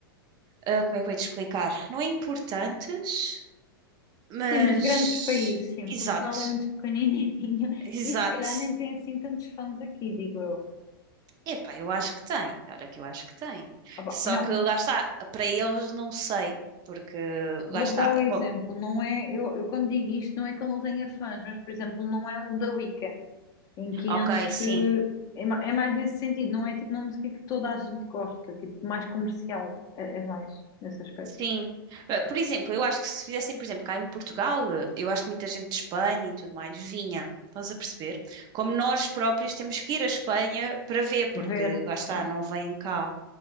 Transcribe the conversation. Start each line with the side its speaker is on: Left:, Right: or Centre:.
Right: ah, como é que eu ia te explicar? Não é importantes, mas
Left: Sim, mas grandes países, sim.
Right: exato,
Left: Portugal é muito pequenininho <laughs>
Right: exato.
Left: e se calhar nem tem assim tantos fãs aqui, digo eu.
Right: Epá, eu acho que tem, olha que eu acho que tem.
Left: Opa,
Right: Só
Left: não,
Right: que
Left: n-
Right: lá está, para eles não sei, porque
Left: vou-te
Right: lá está,
Left: dar o exemplo.
Right: com-
Left: Não é, eu, eu quando digo isto, não é que ele não tenha fãs, mas por exemplo, não é um The Weeknd em que
Right: ok,
Left: enche.
Right: sim.
Left: É, ma- é mais nesse sentido, não é tipo uma música que toda a gente gosta, tipo mais comercial. É, é mais nesse aspecto.
Right: Sim. Eh, Por exemplo, eu acho que se fizessem, por exemplo, cá em Portugal, eh, eu acho que muita gente de Espanha e tudo mais vinha. Estás a perceber? Como nós próprios temos que ir à Espanha para ver, porque
Left: Ver.
Right: lá está,
Left: É.
Right: não vêm cá.